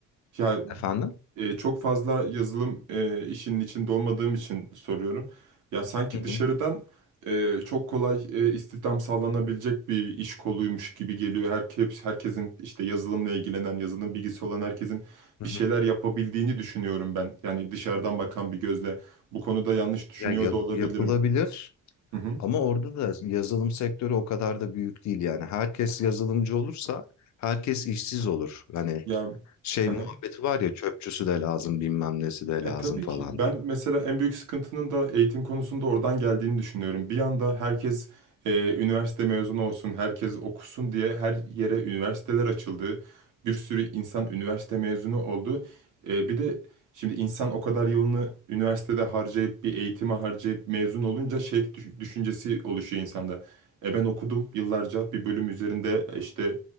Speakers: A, on the right (about 80°); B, on the left (about 65°).
A: Ya
B: Efendim?
A: e, çok fazla yazılım e, işinin içinde olmadığım için soruyorum. Ya sanki
B: Hı hı.
A: dışarıdan e, çok kolay e, istihdam sağlanabilecek bir iş koluymuş gibi geliyor. Herkes herkesin işte yazılımla ilgilenen, yazılım bilgisi olan herkesin
B: Hı
A: bir şeyler
B: hı.
A: yapabildiğini düşünüyorum ben. Yani dışarıdan bakan bir gözle bu konuda yanlış düşünüyor
B: Ya yap-
A: da olabilirim.
B: yapılabilir
A: Hı hı.
B: ama orada da yazılım sektörü o kadar da büyük değil yani. Herkes yazılımcı olursa herkes işsiz olur. Hani
A: Ya
B: şey
A: <laughs>
B: muhabbeti var ya çöpçüsü de lazım bilmem nesi de lazım
A: E tabii
B: falan
A: ki. Ben
B: diye.
A: mesela en büyük sıkıntının da eğitim konusunda oradan geldiğini düşünüyorum. Bir anda herkes e, üniversite mezunu olsun, herkes okusun diye her yere üniversiteler açıldı. Bir sürü insan üniversite mezunu oldu. E, bir de şimdi insan o kadar yılını üniversitede harcayıp bir eğitime harcayıp mezun olunca şey düş- düşüncesi oluşuyor insanda. E ben okudum yıllarca bir bölüm üzerinde işte